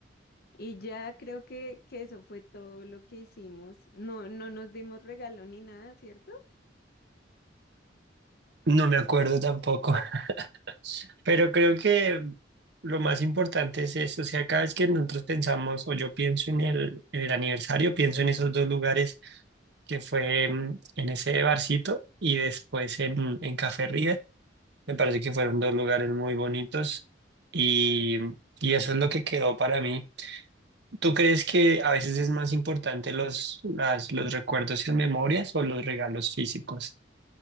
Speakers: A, on the left (about 55°); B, on the right (about 65°).
A: Y ya creo que, que eso fue todo lo que hicimos. No, no nos dimos regalo ni nada, ¿cierto?
B: no me acuerdo tampoco, <laughs> pero creo que lo más importante es eso, o sea, cada vez que nosotros pensamos o yo pienso en el, en el aniversario, pienso en esos dos lugares que fue mm, en ese barcito y después en, en Café River, me parece que fueron dos lugares muy bonitos y, y eso es lo que quedó para mí. ¿Tú crees que a veces es más importante los, las- los recuerdos y memorias o los regalos físicos?